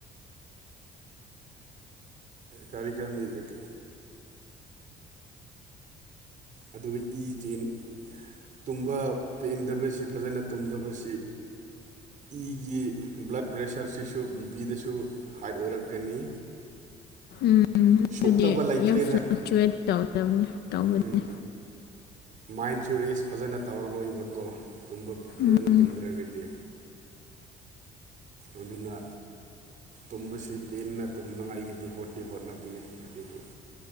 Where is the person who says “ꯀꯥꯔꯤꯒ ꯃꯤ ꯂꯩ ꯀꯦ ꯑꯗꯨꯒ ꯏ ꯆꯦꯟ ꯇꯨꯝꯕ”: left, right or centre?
Right